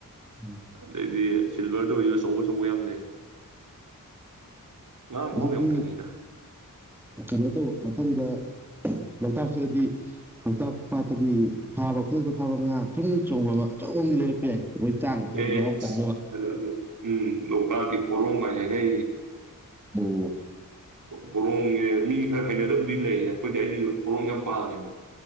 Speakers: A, in the centre; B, on the right.
A: ꯎꯝ
B: ꯑꯗꯗꯤꯦ ꯁꯤꯜꯚꯔꯗ ꯑꯣꯏꯖꯤꯁꯨ ꯑꯆꯧ ꯑꯆꯧꯕ ꯌꯥꯝ ꯂꯩ ꯉꯥ ꯃꯍꯥꯎ
A: ꯑꯗꯨꯗꯤ
B: ꯌꯥꯝ ꯈꯦꯠꯅꯩꯗ
A: ꯀꯩꯅꯣ ꯇꯧꯕ ꯃꯊꯪꯗ ꯂꯣꯛꯇꯥꯛꯁꯤꯗꯗꯤ ꯂꯣꯛꯇꯥꯛ ꯄꯥꯠꯇꯒꯤ ꯐꯥꯕ ꯈꯨꯗꯛꯇ ꯐꯥꯕ ꯉꯥ ꯐꯨꯝ ꯆꯣꯡꯕ ꯑꯃ ꯑꯆꯧꯕ ꯑꯃꯗꯤꯗꯤ ꯂꯩꯔꯛꯄ ꯌꯥꯏ ꯑꯩꯈꯣꯏ ꯆꯥꯅꯕ ꯍꯥꯏꯗꯤ
B: ꯑꯦꯁ
A: ꯃꯍꯥꯎ ꯇꯪꯅꯕ
B: ꯑꯗꯨ ꯑꯗꯨ ꯎꯝ ꯂꯣꯛꯇꯥꯛꯀꯤ ꯄꯨꯔꯣꯃ ꯅꯗꯦ
A: ꯑꯣ
B: ꯄꯣꯔꯣꯡꯁꯦ ꯃꯤ ꯈꯔ ꯍꯩꯅꯗꯕꯨꯗꯤ ꯂꯩꯌꯦ ꯑꯩꯈꯣꯏꯗꯤ ꯑꯩꯗꯤꯁꯨ ꯄꯣꯔꯣꯡꯦ ꯌꯥꯝ ꯄꯥꯝꯃꯦꯕ